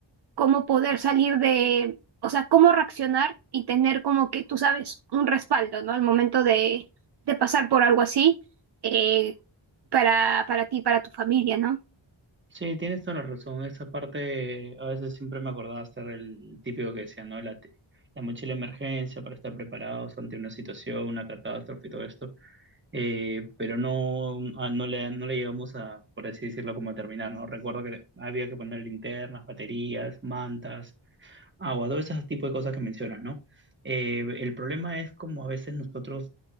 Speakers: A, on the right (about 60°); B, on the right (about 25°).
A: cómo poder salir de, o sea, cómo reaccionar y tener como que, tú sabes, un respaldo, ¿no? Al momento de, de pasar por algo así, eh, para, para ti, para tu familia, ¿no?
B: Sí, tienes toda la razón. Esa parte a veces siempre me acordaba estar el típico que decía, ¿no? La, te- la mochila de emergencia para estar preparados ante una situación, una catástrofe y todo esto. Eh, pero no, a- no le, no le llegamos a, por así decirlo, como a terminar, ¿no? Recuerdo que había que poner linternas, baterías, mantas, agua, todo ese tipo de cosas que mencionas, ¿no? Eh, el problema es como a veces nosotros